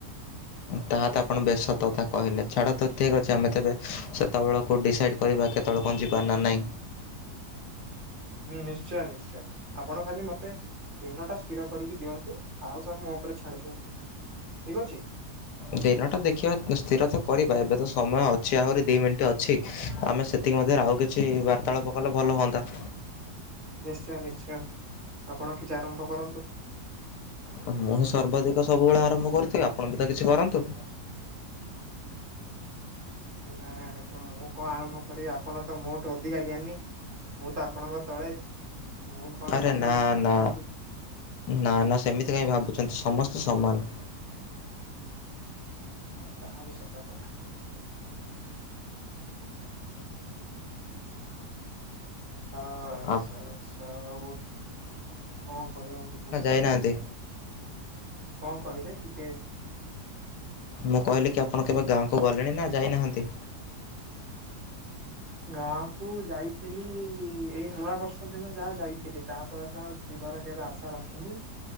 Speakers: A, on the left (about 80°); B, on the right (about 30°).
A: ତାହା ତ ଆପଣ ବେଶ୍ ସତ କଥା କହିଲେ ଛାଡ଼ ତ ଠିକ୍ ଅଛି ଆମେ ତେବେ ସେତେବେଳକୁ ଡିସାଇଡ଼୍ କରିବା କେତେବେଳେ କଁ ଯିବା ନା ନାଇଁ।
B: ହୁଁ ନିଶ୍ଚୟ ନିଶ୍ଚୟ ଆପଣ ଖାଲି ମତେ ଦିନ ଟା ସ୍ଥିର କରିକି ଦିଅନ୍ତୁ ଆଉ ସବୁ ମୋ ଉପରେ ଛାଡ଼ି ଦିଅନ୍ତୁ ଠିକ୍ ଅଛି।
A: ଦିନଟା ଦେଖିବା ସ୍ଥିର ତ କରିବା ଏବେ ତ ସମୟ ଅଛି ଆହୁରି ଦୁଇ ମିନିଟ୍ ଅଛି। ଆମେ ସେ ତିକି ମଧ୍ୟରେ ଆଉ କିଛି ବାର୍ତ୍ତାଳାପ କଲେ ଭଲ ହୁଅନ୍ତା।
B: ନିଶ୍ଚୟ ନିଶ୍ଚୟ। ଆପଣ କିଛି ଆରମ୍ଭ କରନ୍ତୁ।
A: ହଁ ମୁଁ ହିଁ ସର୍ବାଧିକ ସବୁବେଳେ ଆରମ୍ଭ କରୁଥିବି। ଆପଣ ବି ତ କିଛି କରନ୍ତୁ।
B: ନାଇଁ ଆଜ୍ଞା। ମୁଁ କଣ ଆରମ୍ଭ କରିିବି। ଆପଣ ତ ମୋଠୁ ଅଧିକା ଜ୍ଞାନୀ। ମୁଁ ତ ଆପଣଙ୍କ ତଳେ। ମୁଁ କଣ
A: ଆରେ
B: କହିବି?
A: ନା
B: ଆପଣ
A: ନା
B: କଅନ୍ତୁ।
A: ନା ନା। ସେମିତି କାଇଁ ଭାବୁଛନ୍ତି? ସମସ୍ତେ ସମାନ।
B: ହ ତାହା ବି ସତ କଥା। ହଁ। ଆଚ୍ଛା
A: ଆପ-
B: ଆଚ୍ଛା। ହଉ କଣ କହିବା ତୁ କୁହ?
A: ଦେଇ ନାହାନ୍ତି।
B: କଣ କହିଲେ ଟିକେ
A: ମୁଁ କହିଲି କି ଆପଣ କେବେ ଗାଁକୁ ଗଲେଣି ନା ଯାଇ ନାହାନ୍ତି?
B: ଗାଁକୁ ଯାଇଥିଲି ଏଇ ନୂଆ ବର୍ଷ ଦିନ ଯାହା ଯାଇଥିଲି। ତାପରେ ତ ଆଉ ଯିବାର କେବେ ଆଶା ରଖିନି।